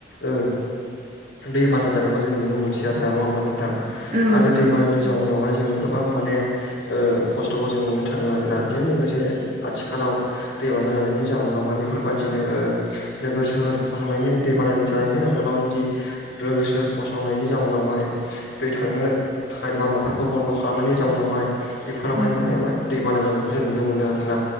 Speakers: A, on the left; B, on the right.
A: ओ दै बाना जानायखौ जों नुनो मोनसै आरो ना नङा होमबा नोंथां
B: औ
A: आरो
B: नंगौ
A: दै बानायनि जाउनावहाय जोङो गोबां माने ओ खस्थ'खौ जों मोननो थाङो आरोना बेजों लोगोसे जे आथिखालाव दैबाना जानायनि जाहोनावा बेफोरबायदिनो ओ नोगोर सोहोर फसंनायनि दैबाना जानायनि आगोलाव जुदि सोर फसंनायनि जाउनावहाय दै थांनो थाखाय लामाफोरखौ बन्द' खालामनायनि जाउनावहाय बेफोरावहाय
B: औ
A: माने मा दैबाना जानायखौ जों नुनो मोनो आरोना